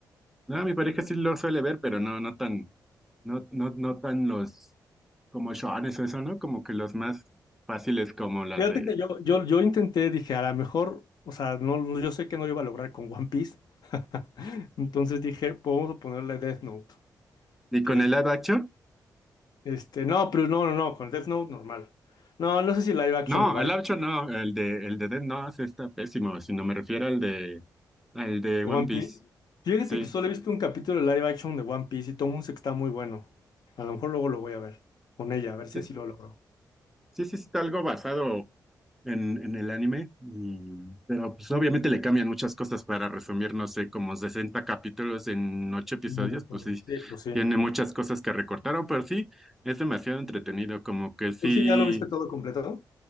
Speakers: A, in the centre; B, on the left (about 65°).
A: No, mi pareja sí lo suele ver, pero no, no tan, no, no, no tan los como shones o eso, ¿no? Como que los más fáciles como las
B: Fíjate
A: de.
B: que yo, yo, yo intenté, dije, a lo mejor, o sea, no, no- yo sé que no lo iba a lograr con One Piece. <laughs> Entonces dije, pues vamos a ponerle Death Note.
A: ¿Y
B: Que,
A: con el live action?
B: este, no, pero no, no, no, con Death Note normal. No, no sé si live action
A: No,
B: lo vaya.
A: el live action no, el de el de Death no, ese está pésimo, sino me refiero al de al de
B: ¿De
A: One
B: One
A: Piece.
B: Piece? Fíjate
A: Sí.
B: que solo he visto un capítulo de live action de One Piece y todo el mundo dice que está muy bueno. A lo mejor luego lo voy a ver con ella, a ver si
A: Sí,
B: así lo logro.
A: sí, sí está algo basado en, en el anime, y- pero pues obviamente le cambian muchas cosas para resumir, no sé, como 60 capítulos en 8 episodios,
B: Mm,
A: pues sí,
B: Sí, pues sí.
A: tiene muchas cosas que recortaron, pero sí, es demasiado entretenido, como que sí,
B: ¿Tú sí ya lo viste todo completo?